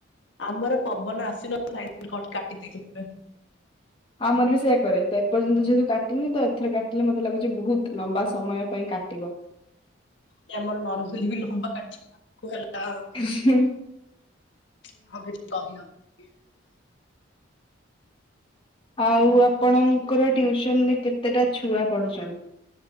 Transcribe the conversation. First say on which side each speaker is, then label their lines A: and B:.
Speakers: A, on the left; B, on the left.
A: ଆମର ପବନ ଆସିନଥିଲା <inaudible> କାଟି ଦେଇଛି
B: ଆମର ବି ସେଇୟା କରେ। ତ ଏପର୍ଯ୍ୟନ୍ତ ଯେହେତୁ କାଟିନି ତ ଏଥର କାଟିଲେ ମତେ ଲାଗୁଛି ବହୁତ ଲମ୍ବା ସମୟ ପାଇଁ କାଟିବ।
A: ନାଇଁ ଆମର ନର୍ମଲି ବି ଲମ୍ବା କାଟିକି ଆଟକୁ ହେଲା। ଆଉ
B: ହଁ
A: <unintelligible> <unintelligible>
B: ଆଉ ଆପଣଙ୍କର ଟିୟୁସନ ରେ କେତେଟା ଛୁଆ ପଢୁଛନ୍ତି?